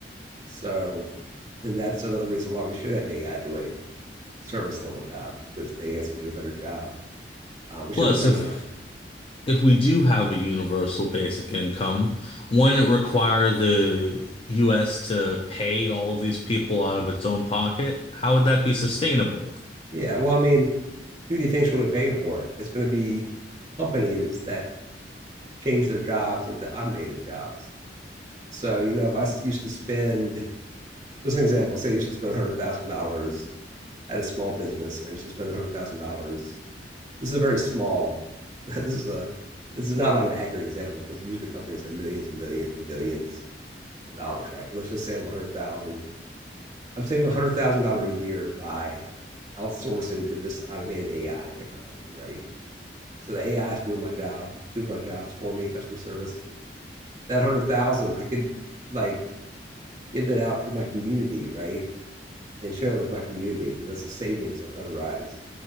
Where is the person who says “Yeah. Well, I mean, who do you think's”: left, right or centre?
Right